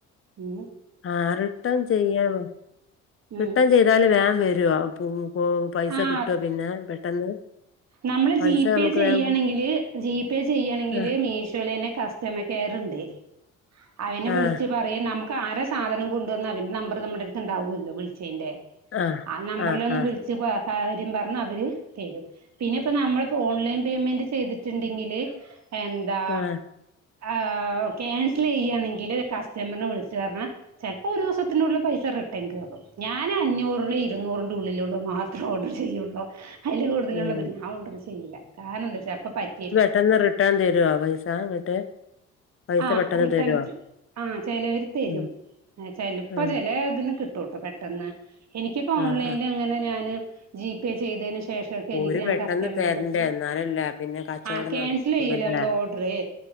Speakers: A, on the right; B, on the left.
A: ഉ
B: ആഹ് റിട്ടേൺ ചെയ്യാമോ
A: ഉം
B: റിട്ടേൺ ചെയ ന്തായാലും വേം വെരോ പു പു പൈസ
A: ആഹ്
B: കിട്ടോ പിന്നെ പെട്ടെന്ന്
A: നമ്മള്
B: പൈസ
A: ജിപേ
B: നമുക്ക്
A: ചെയ്യാണെങ്കില്
B: വേം
A: ജിപേ ചെയ്യണെങ്കില്
B: ആഹ്
A: മീഷോലെന്നെ കസ് ഛമ്മ കേറ്ണ്ട് അവനെ വിളിച്ച്
B: ആഹ്
A: പറ റി നമുക്ക് ആര സാധനം കൊണ്ടോന്നെ അവരെ നമ്പർ നമ്മളെട്ത്ത്ണ്ടാവുല്ലോ വിളിച്ചേന്റെ
B: ആഹ്
A: ആ നമ്പറിലൊ
B: ആഹ്
A: ഒന്ന്
B: ആഹ്
A: വിളിച്ച് കാര്യം പറഞ് അവര് തരും പിന്നെ ഇപ്പ നമ്മളിപ്പോ ഓൺലൈൻ പേയ്മെന്റ് ചെയ്തിട്ടുണ്ടെങ്കില് എന്താ
B: ആഹ്
A: ആ ക്യാൻസലെയ്യാണെങ്കില് കസ്റ്റമറിനെ വിളിച്ചു പർഞാ ചെലപ്പോ ഒരു ദിവസത്തിനുള്ള പൈസ റിട്ടേ കേറും ഞാന് അഞ്ഞൂറിന് ഇരുന്നൂറിന്റെ ഉള്ളില്ള്ള് മാത്രേ ഓഡറ് ചെയ്യോള്ളൂ അയില് കൂട്തലുള്ളത്
B: ഉം
A: ഞാൻ ഓർഡർ ചെയ്യില്ല കാരണം എന്താച്ചാപ്പ പറ്റേന്
B: ട്ടെന്ന് റിട്ടേൺ തരുവോ പൈസ ഇങ്ങട്ട് പൈസ
A: ആഹ്
B: പെട്ടെന്ന്
A: റിട്ടേൺ
B: തരോ
A: ആഹ് ചെലവര് തരും
B: ഉം
A: ചെല്പ്പം
B: ആഹ്
A: ചെലേ ഇതിന്ന് കിട്ടൂട്ടോ പെട്ടെന്ന് എനിക്ക്പ്പൊ ഓൺലൈന്ല്
B: ആഹ് ആഹ്
A: ഇങ്ങനെ ഞാന് ജിപേ ചെയ്തേന് ശേ ഫസ്റ്റൊക്കെ
B: ഓര്
A: എനിക്ക് ഞാൻ
B: പെട്ടെന്ന്
A: കസ്റ്റമിനെ
B: തരണ്ടേ
A: വിളിച്ച്
B: എന്നാലല്ലേ പിന്നെ കച്ചവടം
A: ആഹ് ക്യാൻസല്യ്യല്ലോ
B: നടക്കുള്ളൂല്ലേ
A: നമ്മള് ഓർഡർ